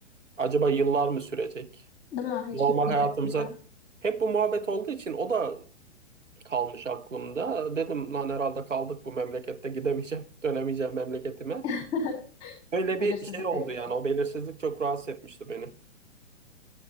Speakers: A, on the right; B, on the left.
A: Acaba yıllar mı sürecek?
B: Değil mi? Hiç
A: Normal
B: bitmeyecek
A: hayatımıza
B: gibi.
A: hep bu muhabbet olduğu için o da kalmış aklımda. Dedim lan herhalde kaldık bu memlekette gidemeyeceğim, <laughs> dönemeyeceğim memleketime.
B: <laughs>
A: Öyle
B: Belirsizlik
A: bir şey oldu
B: de kötü.
A: yani o belirsizlik çok rahatsız etmişti beni.